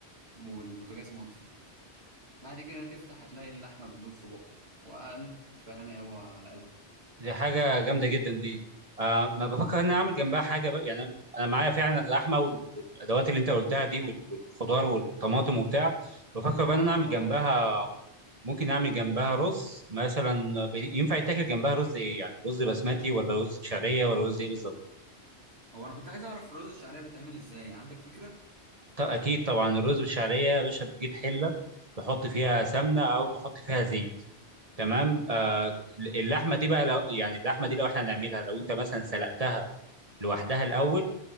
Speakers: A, on the right; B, on the right.
A: والبوتاجاز مطفي بعد كده تفتح هتلاقي اللحمة بتدوب في بقك وألف هنا يابا على قلبك
B: دي حاجة جامدة جدا دي آه ما بفكر ان انا اعمل جنبها حاجة بقى يعني انا أنا معايا فعلا اللحمة وال- والادوات اللي انت قلتها دي وال- والخضار والطماطم وبتاع بفكر بقى ان انا اعمل
A: آه
B: جنبها ممكن اعمل جنبها رز مثلا بي- ينفع يتاكل جنبها رز ايه يعني رز بسمتي ولا رز بشعرية ولا رز ايه بالظبط
A: هو أنا كنت عايز أعرف الرز الشعرية بتعمل إزاي عندك فكرة؟
B: ط- اكيد طبعا الرز بالشعرية يا باشا بتجيب حلة تحط فيها سمنة او تحط فيها زيت تمام آه
A: اه
B: اللحمة دي بقى لو يعني اللحمة دي لو احنا هنعملها لو انت مثلا سلقتها لوحدها الاول